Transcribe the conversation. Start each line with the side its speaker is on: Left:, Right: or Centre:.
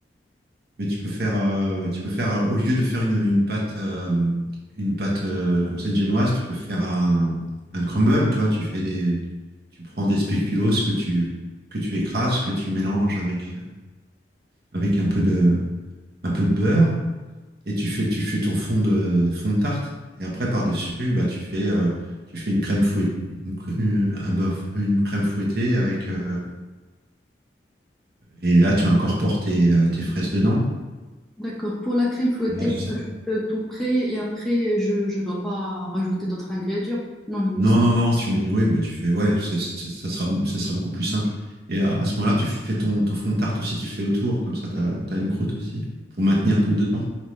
Right: mais tu peux faire, euh, tu peux faire euh, au lieu de faire une, une pâte, euh, une pâte euh, comme ça une génoise, tu peux faire un, un crumble. Tu vois, tu fais des, tu prends des spéculoos que tu que tu écrases, que tu mélanges avec euh, avec un peu de un peu de beurre et tu fais, tu fais ton fond de, fond de tarte. Et après, par-dessus, bah, tu fais, euh, tu fais une crème fouettée, une, cr- euh, un beurre, une crème fouettée avec. euh, et là, tu incorpores tes, euh, tes fraises dedans.
Centre: D'accord. Pour la crème fouettée,
Right: Ouais, c'est
Centre: je
Right: ça.
Centre: fais tout prêt et après, je ne dois pas rajouter d'autres ingrédients. Non, il me
Right: Non,
Centre: semble.
Right: non, non, tu mets, oui, bah, tu fais, ouais, ça, ça- ça sera, bou- ça sera beaucoup plus simple. Et à, à ce moment-là, tu fais ton, ton fond de tarte aussi, tu fais autour, comme ça, tu as, une croûte aussi, pour maintenir tout dedans.